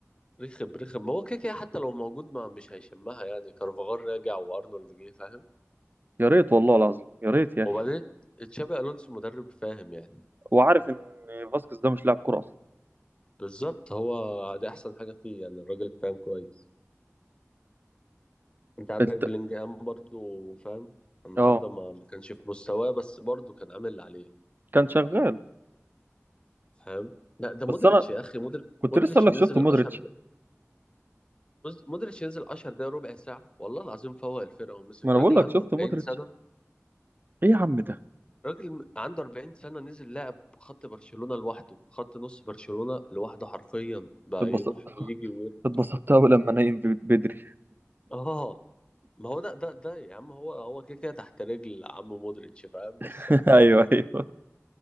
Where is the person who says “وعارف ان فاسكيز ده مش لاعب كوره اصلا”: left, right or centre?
Right